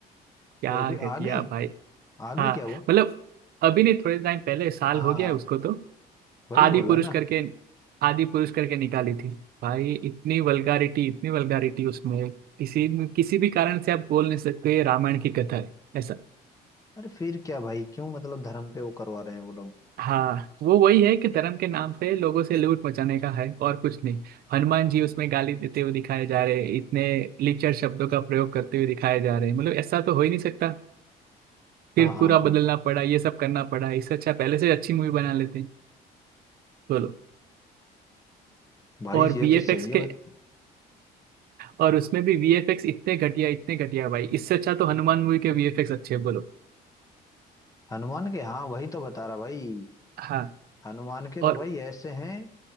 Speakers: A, on the right; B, on the left.
A: क्या
B: को भी
A: घटिया
B: आ गई
A: भाई
B: आ गई
A: हाँ
B: क्या वो
A: मतलब अभी नहीं थोड़े टाइम पहले साल
B: हाँ
A: हो गया है उसको तो
B: वही
A: आदि
B: बोला
A: पुरुष
B: ना
A: करके आदि पुरुष करके निकाली थी भाई इतनी वल्गारिटी इतनी वल्गारिटी उसमें किसी किसी भी कारण से आप बोल नहीं सकते ये रामायण की कथा है ऐसा
B: अरे फिर क्या भाई क्यों मतलब धर्म पे वो करवा रहे हैं वो लोग
A: हाँ वो वही है कि धर्म के नाम पे लोगों से लूट मचाने का है और कुछ नहीं हनुमान जी उसमें गाली देते हुए दिखाए जा रहे हैं इतने लिचर शब्दों का प्रयोग करते हुए दिखाए जा रहे हैं मतलब ऐसा तो हो ही नहीं सकता फिर
B: हाँ हाँ
A: पूरा बदलना
B: हाँ
A: पड़ा ये सब करना पड़ा इससे अच्छा पहले से अच्छी मूवी बना लेते बोलो
B: भाई
A: और
B: ये
A: वीएफएक्स
B: तो सही है भाई
A: के और उसमें भी वीएफएक्स इतने घटिया इतने घटिया भाई इससे अच्छा तो हनुमान मूवी के वीएफएक्स अच्छे हैं, बोलो
B: हनुमान के हाँ वही तो बता रहा भाई
A: हाँ
B: हनुमान के तो
A: और
B: भाई ऐसे हैं